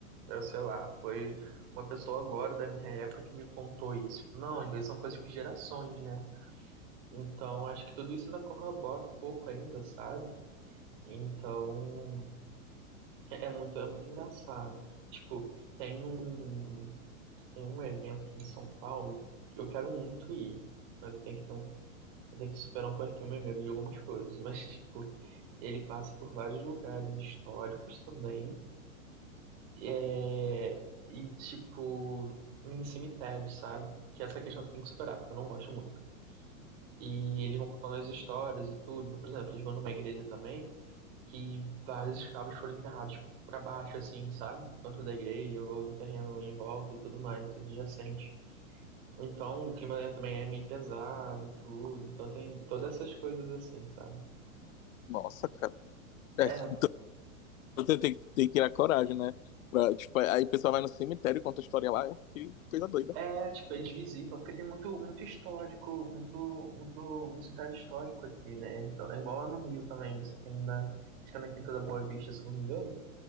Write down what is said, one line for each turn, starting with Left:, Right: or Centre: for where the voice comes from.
Right: eu sei lá, foi uma pessoa agora da minha época que me contou isso. Tipo, Não, às vezes são coisas de gerações, né? Então, acho que tudo isso ainda corrobora um pouco ainda, sabe? Então, é é muito, é muito engraçado. Tipo, tem um, tem um evento aqui em São Paulo, que eu quero muito ir, mas eu tenho que ter um ele tem que superar um pouquinho o meu medo de algumas coisas, mas, <laughs> tipo, ele passa por vários lugares históricos também, e, é, e tipo, em cemitérios, sabe? Que é essa questão que tem que superar, porque eu não gosto muito. E eles vão contando as histórias e tudo. Então, por exemplo, eles vão numa igreja também que vários escravos foram enterrados pra baixo, assim, sabe? Tanto da igreja ou no terreno em volta e tudo mais, adjacente. Então, o clima também é meio pesado e tudo. Então, tem todas essas coisas assim, sabe?
Left: Nossa, cara. É,
Right: É,
Left: então você tem, que- tem que criar coragem, né? Pra, tipo, aí o pessoal vai no cemitério e conta a história lá, é que coisa doida.
Right: É, tipo, eles visitam, porque tem muito, muito histórico, muito, muito, muito cidade histórico aqui, né? Então, é igual lá no Rio também, você tem da, acho que é na Quinta da Boa Vista, se não me engano,